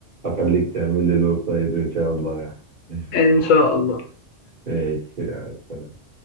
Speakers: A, on the right; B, on the left.
A: هخليك تعمل لي الويب سايت إن شاء الله يعني <laughs>
B: ان شاء الله
A: ماشي يا سلام